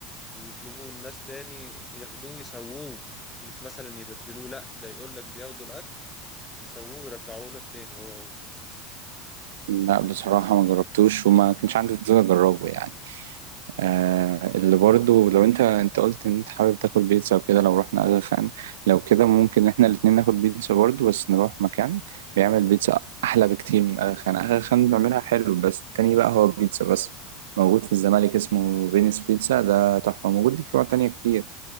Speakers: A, on the left (about 20°); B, on the right (about 70°).
A: ويطلبوه الناس تاني ياخدوه يسووه مش مثلا يبدلوه لأ ده يقول لك بياخدوا الأكل يسووه ويرجعوه لك تاني هو هو
B: لا بصراحة ما جربتوش وما كانش عندي فضول أجربه يعني آه اللي برضو لو انت انت قلت ان انت حابب تاكل بيتزا وكده لو رحنا اغا خان لو كده ممكن احنا الاتنين ناكل بيتزا برضو بس نروح مكان بيعمل بيتزا احلى بكتير من اغا خان اغا خان بيعملها حلو بس التاني بقى هو بيتزا بس موجود في الزمالك اسمه فينيس بيتزا ده تحفة موجود ليه فروع تانية كتير